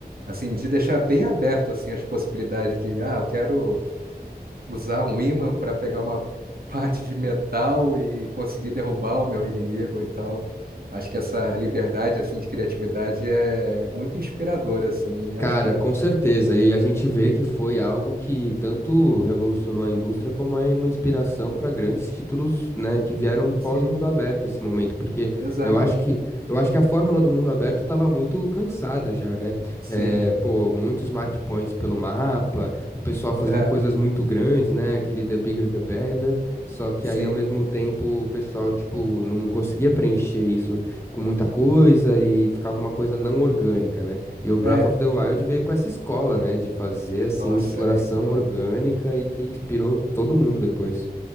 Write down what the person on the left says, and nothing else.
Cara,
com certeza. E a gente vê que foi algo que tanto revolucionou a indústria como é uma inspiração para grandes títulos, né, que vieram pós-mundo
aberto esse momento, porque
eu acho que eu acho que a fórmula do mundo aberto estava muito cansada já, né?
Eh, pô, muitos mark points pelo mapa, o pessoal fazendo
coisas muito grandes, né? Aquele The Bigger the Better. Só que
aí ao mesmo tempo o pessoal tipo não conseguia preencher isso com muita coisa e ficava uma coisa não orgânica, né? E o Breath
of the Wild veio com essa escola, né, de fazer assim
uma exploração
orgânica e que inspirou todo mundo depois.